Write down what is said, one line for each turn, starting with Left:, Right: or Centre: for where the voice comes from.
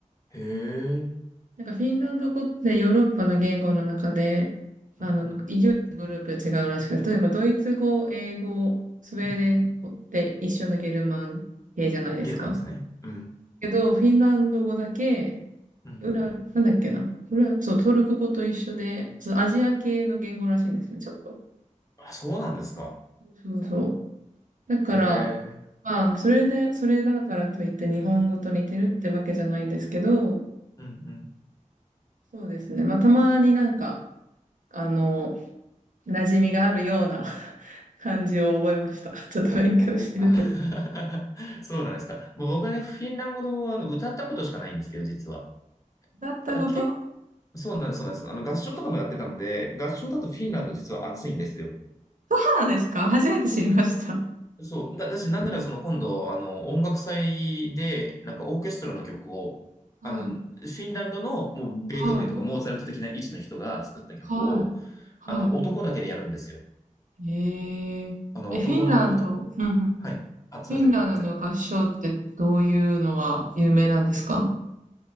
Left: へえ。
Right: なんかフィンランド語ってヨーロッパの言語の中で、あの、
Left: うん、うん、
Right: 唯一グループ違うらしくて、例えばドイツ語、英語、スウェーデン語って一緒のゲルマン系じゃないですか。
Left: うん。ゲルマンですね。うん、
Right: けど、フィンランド語だけ
Left: うん、
Right: 裏、なんだっけな。裏、そう、トルコ語と一緒で、そう、アジア系の言語らしいんですね、ちょっと。
Left: あ、そうなんですか。
Right: そうそう。だから、
Left: へえ。
Right: まあ、それで、それだからといって日本語と似てるってわけじゃないんですけど、
Left: うん、うん。
Right: そうですね。まあ、たまになんか、あの、馴染みがあるような <laughs> 感じを覚えました。ちょっと勉強してるとき。
Left: あ <laughs> そうなんですか。もう僕はね、フィンランド語はあの歌ったことしかないんですけど、実は。
Right: だったこと、
Left: ただ結構、そうなんです、そうなんです。あの合唱とかもやってたので、合唱だとフィンランド実は暑いんですよ。
Right: えーそうなんですか初めて知りました。
Left: そう、だ、だし、なんならその今度、あの、音楽祭で、なんかオーケストラの曲を、
Right: はい、
Left: あの、フィンランドのもうベートーベンとかモーツァルト的な位置の人が作った曲を、
Right: はい、はい、は
Left: あの、男だけでやるんですよ。
Right: い。えー、
Left: あの、
Right: え、
Left: 男の、
Right: フィンランド。
Left: 男、
Right: うんうん
Left: はい。あ、
Right: フィンランドの合唱ってどういうのが有名なんですか
Left: すいません、すめません。